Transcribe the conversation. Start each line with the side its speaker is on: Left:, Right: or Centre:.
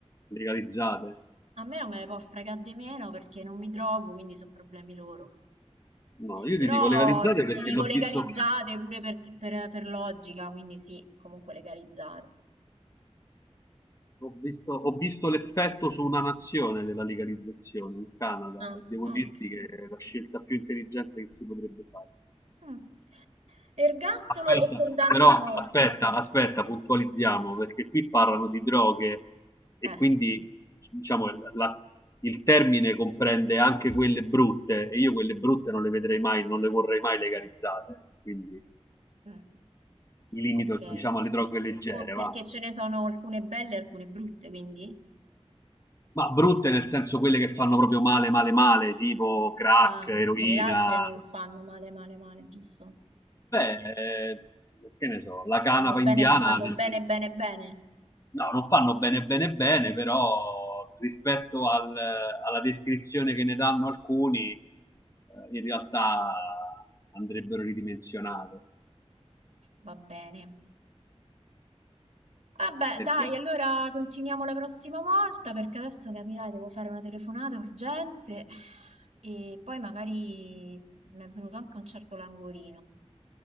Left: Legalizzate.
Right: A me non me ne può fregare di meno perché non mi trovo, quindi sono problemi loro.
Left: No, io
Right: Però
Left: ti dico legalizzate perché
Right: ti dico
Left: l'ho
Right: legalizzate
Left: visto...
Right: pure per, per- per logica, quindi sì, comunque legalizzate.
Left: Ho visto, ho visto l'effetto su una nazione della legalizzazione in Canada
Right: Ah,
Left: e devo
Right: ok.
Left: dirti che è la scelta più intelligente che si potrebbe fare.
Right: Mm. Ergastolo
Left: Aspetta,
Right: o condanna
Left: però
Right: a morte?
Left: aspetta, aspetta, puntualizziamo perché qui parlano di droghe e
Right: Eh?
Left: quindi
Right: Eh,
Left: diciamo la- il termine comprende anche quelle brutte e io quelle brutte non le vedrei mai, non le vorrei mai legalizzate, quindi
Right: mm.
Left: mi limito
Right: Ok.
Left: diciamo alle droghe leggere,
Right: Co- perché
Left: va.
Right: ce ne sono alcune belle e alcune brutte, quindi?
Left: Ma brutte nel senso quelle che fanno proprio male, male, male, tipo crack,
Right: Ah,
Left: eroina.
Right: e le altre non fanno male, male, male, giusto?
Left: Beh, eh, che ne so, la canapa
Right: Fanno bene,
Left: indiana,
Right: fanno
Left: ad esempio.
Right: bene, bene, bene.
Left: No, non fanno bene, bene, bene, però rispetto al- alla descrizione che ne danno alcuni, eh, in realtà andrebbero ridimensionate.
Right: Va bene. Vabbè,
Left: Perché-
Right: dai, allora continuiamo la prossima volta perché adesso capirai, devo fare una telefonata urgente e poi magari mi è venuto anche un certo languorino.